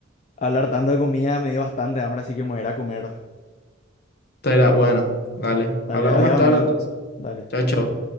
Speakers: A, on the left; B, on the left.
A: hablar tanto de comida me dio bastante hambre, así que me voy a ir a comer.
B: Esta era, bueno, dale.
A: Dale,
B: Hablamos
A: adiós,
B: más tarde
A: amigo.
B: entonces.
A: Dale.
B: Chao, chao.